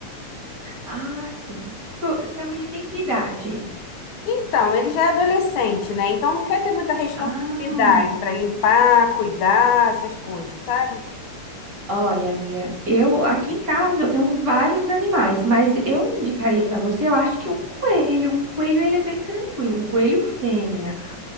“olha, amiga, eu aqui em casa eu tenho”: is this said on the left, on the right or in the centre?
Right